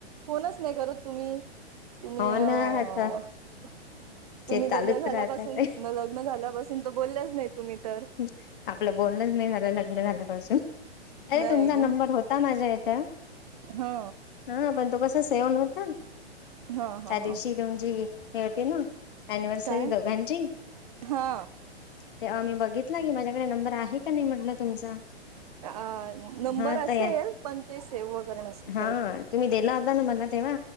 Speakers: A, on the right; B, on the left.
A: फोनच नाही करत तुम्ही. <inaudible> तुम्ही
B: हो
A: अ
B: ना
A: <inaudible> <inaudible>
B: आता
A: तुम्ही
B: ते चालूच
A: लग्न झाल्यापासून
B: राहतात
A: लग्न झाल्यापासून तर बोलल्याच नाही तुम्ही तर
B: <inaudible> आपलं बोलणच नाही <inaudible> झाून अरे
A: नाही
B: तुमचा नंबर होता माझ्या याच्या
A: हा
B: हा पण तो कस सेवल होता.
A: हा हा
B: त्या दिवशी
A: हा
B: तुमची हे होते ना. एनिवर्सरी
A: काय
B: दोघंजी
A: हा
B: तेवा आम्ही ब घेतला की माझ्याकडे नंबर आहे, का नाही म्हटलं तुमचा
A: अ नंबर
B: हा
A: असेल
B: तर
A: पण ते सेव्ह वगैरे नसेल
B: हा
A: काय काय
B: तुम्ही दिला होता ना मला तेव्हा,